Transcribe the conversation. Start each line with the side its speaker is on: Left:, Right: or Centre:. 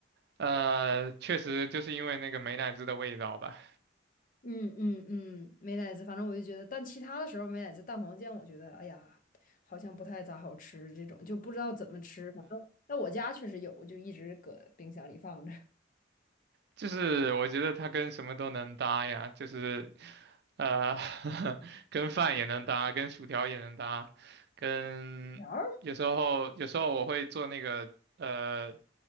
Right: 呃，确实就是因为那个美乃滋的味道吧，
Left: 嗯嗯嗯，美乃滋，反正我就觉得，但其他的时候美乃滋蛋黄酱，我觉得哎呀，好像不太咋好吃，这种就不知道怎么吃。反正在我家确实有，我就一直搁冰箱里放着。
Right: 就是我觉得它跟什么都能搭呀，就是呃，<laughs> 跟饭也能搭，跟薯条也能搭，跟有时候有时候我会做那个呃
Left: <laughs>